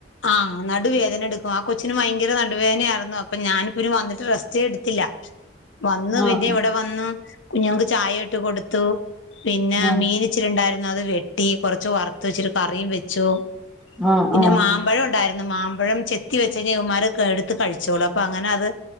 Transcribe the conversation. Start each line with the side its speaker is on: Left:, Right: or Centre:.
Left: ആഹ് നടുവേദന എടുക്കും ആ കൊച്ചിന് ഭയങ്കര നടുവേനയാരുന്നു അപ്പൊ ഞാനിപ്പിനു വന്നിട്ട് റെസ്റ്റേ എടുത്തില്ല വന്ന് പിന്നെ
Centre: ആഹ്
Left: ഇവടെ വന്നു കുഞ്ഞുങ്ങക്ക് ചായ ഇട്ട് കൊടുത്തു പിന്നെ
Centre: ആഹ്
Left: മീന് ച്ചിരണ്ടാരുന്നു അത് വെട്ടി കൊറച്ച് വറുത്ത് ഇച്ചിരി കറീം വെച്ചു
Centre: ആഹ്
Left: പിന്നെ
Centre: ആഹ്
Left: മാമ്പഴം ഒണ്ടാരു ന്ന് മാമ്പഴം ചെത്തി വെച്ച്കയ്ഞ്ഞാ ഇവന്മാര് അക്കെ എടുത്ത് കഴിച്ചോളും അപ്പൊ അങ്ങനെ അത്